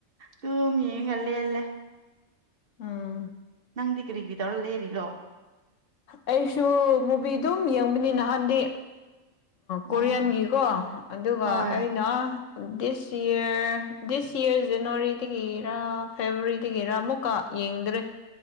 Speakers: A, on the right (about 50°); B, on the left (about 75°).
A: ꯇ ꯃꯟ ꯀꯜꯂꯤꯦꯂꯦ
B: ꯎꯝ
A: ꯅꯪꯗꯤꯛ꯭ꯔꯤ ꯇꯧꯂ ꯂꯩꯦꯔꯤ
B: ꯑꯩꯁꯨ ꯃꯨꯚꯤꯗꯨꯝ ꯌꯦꯡꯕꯅꯤ ꯅꯍꯥꯟꯗꯤ ꯀꯣꯔꯤꯌꯟꯒꯤꯀꯣ
A: ꯑꯣ
B: ꯑꯗꯨꯒ
A: ꯍꯣꯏ
B: ꯑꯩꯅ ꯗꯤꯁ ꯏꯔ ꯗꯤꯁ ꯏꯔ ꯖꯅꯋꯥꯔꯤꯗꯒꯤꯔꯥ ꯐꯦꯕꯋꯥꯔꯤꯗꯒꯤꯔ ꯑꯃꯨꯛꯀ ꯌꯦꯡꯗ꯭ꯔꯦ